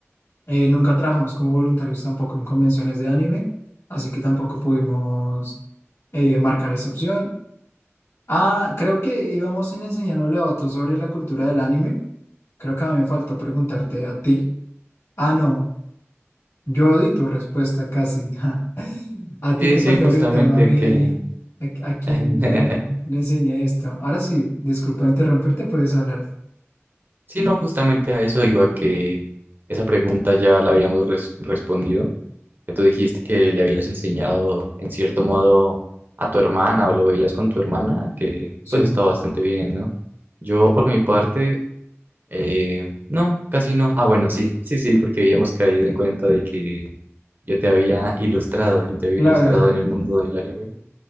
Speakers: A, on the left; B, on the right.
A: Eh, nunca trabajamos como voluntarios tampoco en convenciones de anime, así que tampoco pudimos eh, marcar esa opción. Ah, creo que íbamos en enseñándole a otros sobre la cultura del anime. Creo que a mí me faltó preguntarte a ti. Ah, no, yo di tu respuesta casi. <laughs> A
B: sí,
A: ti te
B: sí,
A: faltó
B: justamente
A: preguntarme a mí
B: que
A: a, a quién
B: <laughs>
A: le, le enseñé esto. Ahora sí, disculpa interrumpirte, puedes hablar.
B: Sí, no, justamente a eso iba que esa pregunta ya la habíamos res- respondido, que tú dijiste que le habías enseñado en cierto modo a tu hermana o lo veías con tu hermana, que
A: Sí,
B: pues está bastante bien, ¿no? Yo por mi parte, eh, no, casi no. Ah, bueno, sí, sí, sí, porque habíamos caído en cuenta de que yo te había ilustrado, yo te había
A: claro,
B: ilustrado en el mundo del anime.